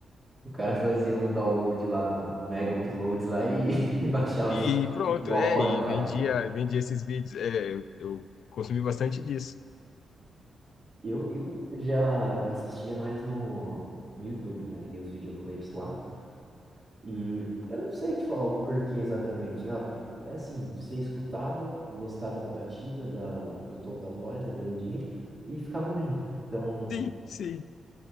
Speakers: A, on the right; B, on the left.
A: o cara fazia um download lá no, no Mega Uploads lá e, <laughs> e baixava
B: E
A: assim,
B: pronto,
A: o álbum
B: é,
A: aleatório.
B: e vendia, vendia esses vídeos. É, eu, eu consumi bastante disso.
A: Eu, eu já assistia mais no, no YouTube, né? Via os videoclipes lá. E eu não sei te falar o porquê exatamente. Ah, por- é assim, você escutava, gostava da batida, da, do tom da voz, da melodia, e ficava ouvindo. Então,
B: Sim, sim.